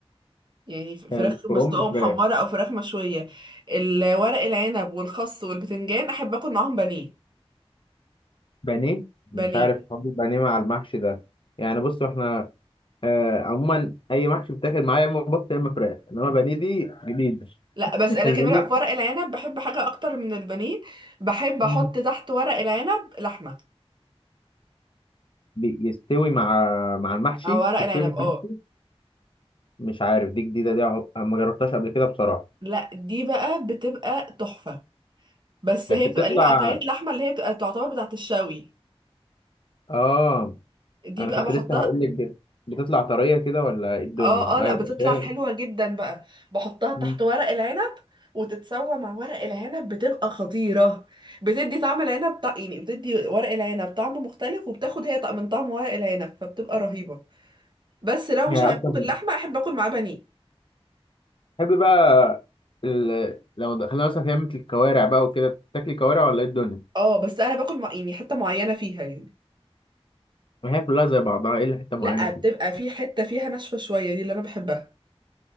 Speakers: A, on the right; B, on the left.
A: يعني ف-
B: الكرومب
A: فراخ مسلوقة ومحمرة
B: فراخ
A: أو فراخ مشوية الورق العنب والخس والبتنجان أحب أكل معاهم بانيه
B: بانيه
A: بانيه
B: مش عارف حوار البانيه مع المحشي ده يعني بصوا احنا آه عموما اي محشي بتاكل معايا يا اما بط يا اما فراخ انما بانيه دي جديده
A: لا
B: <laughs>
A: بس أنا
B: البانيه
A: كمان بقى في ورق العنب بحب حاجة أكتر من البانيه بحب أحط
B: مم.
A: تحت ورق العنب لحمة
B: بيستوي مع مع المحشي
A: أو ورق العنب
B: تستوي مع
A: اه
B: المحشي مش عارف دي جديده دي عق- ما جربتهاش قبل كده بصراحه
A: لا دي بقى بتبقى تحفة بس
B: بس
A: هي
B: بتطلع
A: بتبقى ليها قطعية لحمة اللي هي بتبقى تعتبر بتاعة الشوي
B: اه
A: دي
B: انا
A: بقى
B: كنت
A: بحطها
B: لسه هقول لك بتطلع طريه كده ولا ايه الدنيا
A: اه اه لا
B: ايوه
A: بتطلع
B: بس هي
A: حلوة جدا بقى بحطها تحت
B: مم.
A: ورق العنب وتتسوى مع ورق العنب بتبقى خطيرة بتدي طعم العنب طع... يعني بتدي ورق العنب طعم مختلف وبتاخد هي طعم من طعم ورق العنب فبتبقى رهيبة بس لو
B: يعني
A: مش هعمله
B: اصلا
A: باللحمة احب اكل معاه بانيه
B: تحب بقى ال... لو دخلنا مثلا في لمة الكوارع بقى وكده تاكلي كوارع ولا ايه الدنيا
A: اه بس انا باكل مع... يعني حتة معينة فيها يعني
B: ما هي كلها زي بعضها الا حته معينه
A: لا
B: فيه
A: بتبقى في حتة فيها ناشفة شوية دي اللي انا بحبها